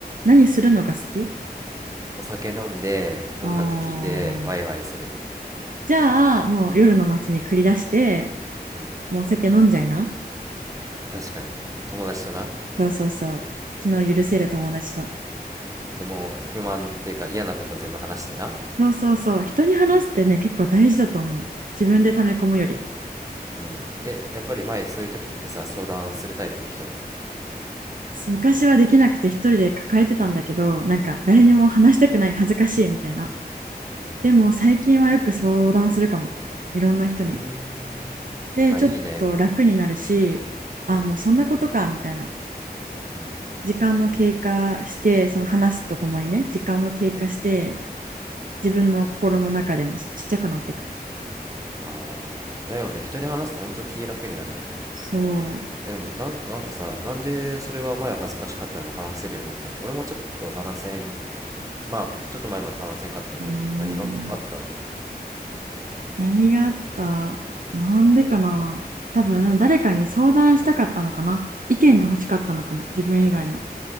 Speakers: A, on the right; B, on the right.
A: 何するのが好き
B: お酒飲んで音楽聴いてワイワイする
A: おーじゃあ、もう夜の街に繰り出して、
B: うん
A: もう酒飲んじゃいな。
B: あ確かに友達とな
A: そうそうそう。昨日許せる友達と。
B: うんうんでもう不満っていうか嫌なこと全部話してな
A: そうそうそう。人に話すってね、結構大事だと思う。自分で溜め込むより。
B: うんえやっぱり前そういう時ってさ相談するタイプ人に
A: 昔はできなくて一人で抱えてたんだけど、なんか誰にも話したくない、
B: うん
A: 恥ずかしいみたいな。
B: うん
A: でも最近はよく相談するかも。いろんな人に。
B: うーんあいいねうん
A: で、ちょっと楽になるし、あ、
B: うん
A: もうそんなことか、みたいな。
B: うん
A: 時間も経過して、その話すとともにね、時間も経過して、
B: うん
A: 自分の心の中でもちっちゃくなってくる。
B: あーだよね人に話すと本当気楽になるよね
A: そう。
B: えでもなんか、なんかさなんでそれは前は恥ずかしかったのに話せるようになったの俺もちょっと話せんまあちょっと前まで話せんかったんやけど何があった
A: えー何があったなんでかな多分誰かに相談したかったのかな意見が欲しかったのかも自分以外の